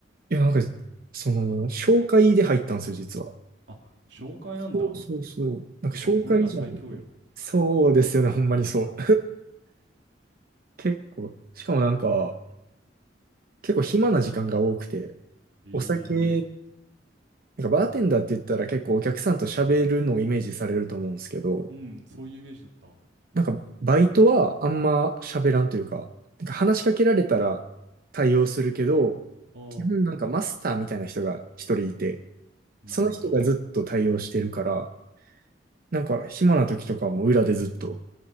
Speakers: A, on the right; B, on the right.
A: いや、なんか、その、紹介で入ったんですよ、実は。
B: あ、紹介なんだ。
A: そうそうそう。なんか紹介じゃないと。
B: やっぱコネが最強よ。
A: そうですよね、ほんまにそう。<laughs> 結構、しかもなんか、結構暇な時間が多くて、
B: ええ
A: お酒、なんかバーテンダーって言ったら結構お客さんと喋るのをイメージされると思うんですけど、
B: うん、そういうイメージだった。ああ、
A: なんかバイトはあんま喋らんというか、なんか話しかけられたら対応するけど、
B: あ
A: 基本なんかマスターみたいな人が一人いて、
B: あなるほど。
A: その人がずっと対応してるから、なんか暇な時とかも裏でずっと